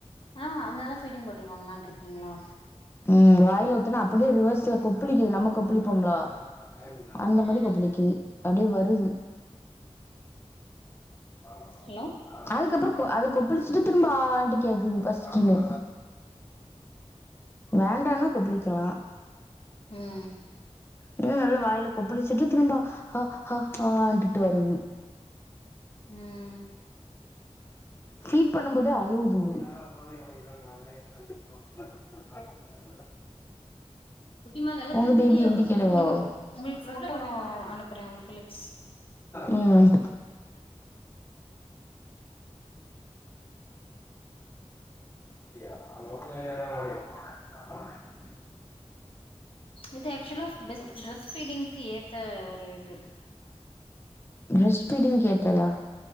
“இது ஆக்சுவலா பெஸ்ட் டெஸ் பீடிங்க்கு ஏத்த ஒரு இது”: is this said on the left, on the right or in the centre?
Left